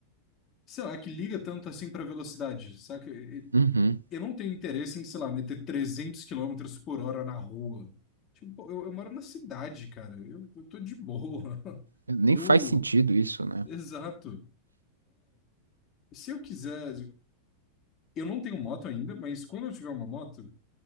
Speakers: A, on the left (about 30°); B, on the right (about 75°).
A: sei lá, que liga tanto assim pra velocidade, saca? E-
B: Uhum.
A: Eu não tenho interesse em, sei lá, meter 300 quilômetros por hora na rua. Tipo, pô, eu, eu moro na cidade, cara, eu, eu tô de boa. <laughs>
B: Nem
A: Eu,
B: faz sentido isso, né?
A: exato. Se eu quiser, eu não tenho moto ainda, mas quando eu tiver uma moto